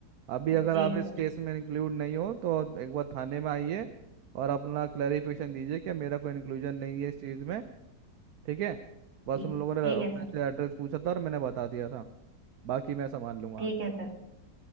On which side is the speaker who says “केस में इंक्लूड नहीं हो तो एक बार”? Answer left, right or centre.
Right